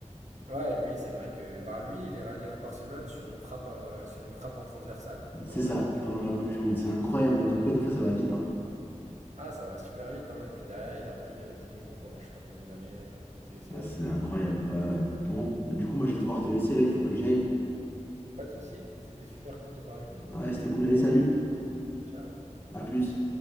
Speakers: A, on the right (about 65°); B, on the left (about 15°).
A: Ouais, lui, c'est vrai que bah lui, il est allé à Barcelone sur une frappe euh, sur une frappe en transversale
B: C'est
A: pendant
B: ça,
A: la Coupe du
B: pendant
A: Monde.
B: la Coupe du Monde. C'est incroyable, hein. comme quoi des fois ça va vite. hein.
A: Ah, ça va super vite, hein. Et puis derrière, il a pris euh, 10 millions pendant je sais pas combien d'années. euh, C'est c'est
B: Ah,
A: horrible.
B: c'est incroyable. ouais, ouais. Bon, du coup, moi je vais devoir te laisser là, il faut que j'y aille.
A: Pas de souci, c'était super cool de te parler.
B: Ouais, c'était cool, allez, salut.
A: Ciao.
B: À plus.